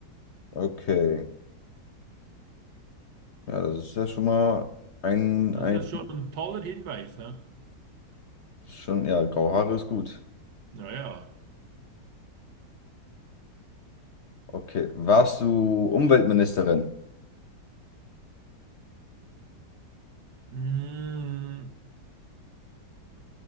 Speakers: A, on the left; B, on the right.
A: Okay. Ja, das ist ja schon mal ein,
B: Das
A: ein
B: ist schon ein toller Hinweis, ne?
A: schon, ja, graue Haare ist gut.
B: Naja.
A: Okay. Warst du Umweltministerin?
B: Mm,